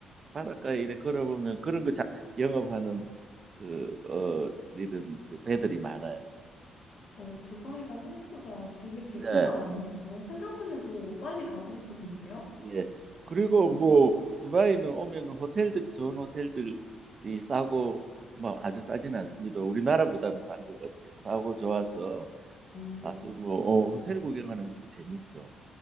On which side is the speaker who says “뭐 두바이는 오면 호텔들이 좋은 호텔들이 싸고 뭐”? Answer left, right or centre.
Right